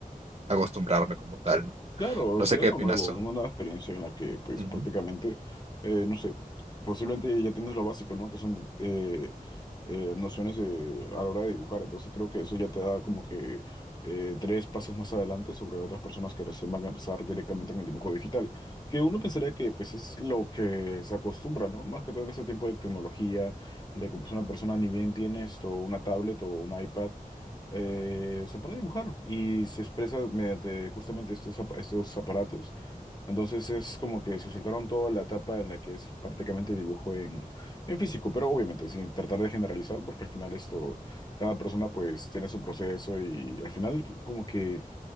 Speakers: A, on the right; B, on the left.
A: acostumbrarme como tal, ¿no?
B: Claro,
A: No
B: será
A: sé qué
B: algo
A: opinas
B: nuevo,
A: tú.
B: una nueva experiencia en la que, pues,
A: Ujú.
B: prácticamente, eh, no sé, posiblemente ya tienes lo básico, ¿no? Que son eh, eh, nociones de- a la hora de dibujar. Entonces creo que eso ya te da como que eh, tres pasos más adelante sobre otras personas que recién van a empezar directamente en el dibujo digital. Que uno pensaría que, pues, es lo que se acostumbra, ¿no? Más que todo en ese tiempo de tecnología, de que, pues, una persona ni bien tiene esto, una tablet o un iPad eh, se pone a dibujar y se expresa mediante justamente estos, ap- estos aparatos. Entonces es como que se saltaron toda la etapa en la que es prácticamente dibujo en, en físico, pero obviamente sin tratar de generalizar porque al final esto, cada persona pues tiene su proceso y al final como que...